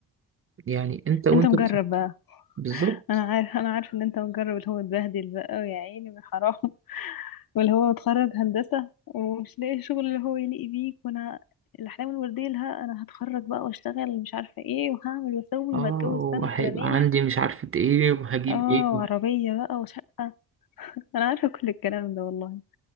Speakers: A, on the right (about 30°); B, on the left (about 55°).
A: يعني انت وانت
B: انت مجرب
A: بت- بالظبط
B: انا عارف انا عارف ان انت مجرب اللي هو اتبهدل بقى ويا عيني من حرام <laughs> واللي هو اتخرج هندسة ومش لاقي شغل اللي هو يليق بيك وانا الاحلام الوردية لها انا هتخرج بقى واشتغل مش عارفة ايه وهعمل واسوي
A: اه
B: وهتجوز السنة
A: وهيبقى
B: الفلانية
A: عندي مش عارفة ايه وهجيب
B: اه
A: ايه
B: وعربية بقى وشقة انا عارفة كل الكلام ده والله